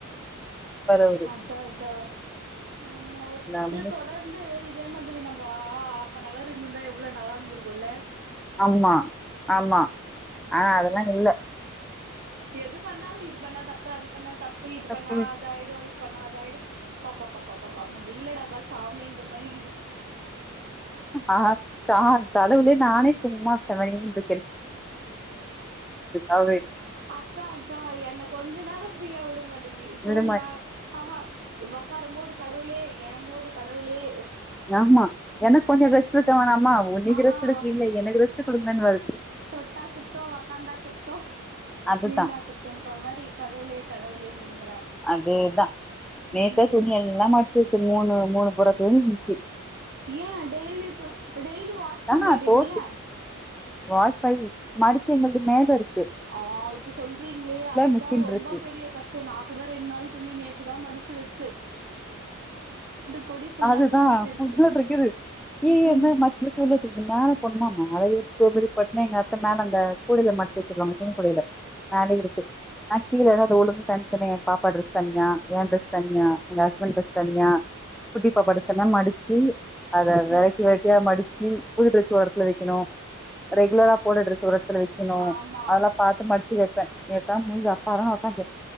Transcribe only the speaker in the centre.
அவரு
நம்ம-
ஆமா ஆமா அ அதெல்லா இல்ல
இல்ல
ஆ கா கடவுளே நானே சும்மா செவனேன்ருக் அவரு
விடமா
யாமா எனக் கொஞ்ச ரெஸ்ட் இருக்க வேணாமா ஓ நீங்க
ரெஸ்ட்
எடுக்குறீங்களே எனக்கு ரெஸ்ட்டு கொடுங் நன் வேரு
அதுதா
அதேதா நேத்தே
துணி எல்லா மடிச்சி வச்சு மூணு மூணு புற. தோனிச்சி
ஆனா தோச்சு வாஷ் ப மடிச்சி எங்களுக்கு மேல இருக்.
மிஷின்
இருக்கு
அதுதா
<unintelligible> இருக்குது கீழ
இருந்த
மச்ச மச்சு உள்ள <unintelligible> மேல பொண்ணுமா மேலையு சோ மெனி பட்ன எங்க அத்த மேல அந்த கூடயில மடிச்சி வச்சிருவாங்க துணிக்கூடையில மேலயே இரு நா கீழ ஏதாவது ஒழுங்கு தனித்தனே பாப்பா டிரஸ் தனியா ஏ டிரெஸ் தனியா எங்க ஹஸ்பண்ட் டிரெஸ் தனியா குட்டி பாப்பா டிரெஸ் எல்லா மடிச் சி அத
வெரைட்டி
வெரைட்டியா மடிச்சி புது டிரஸ் வரத்துல வக்கணு ரெகுலரா போடற டிரெச ஒரெடத்துல வெக்கினு
அதெல்லா பாத்து மடிச்சி வெப்பே <unintelligible>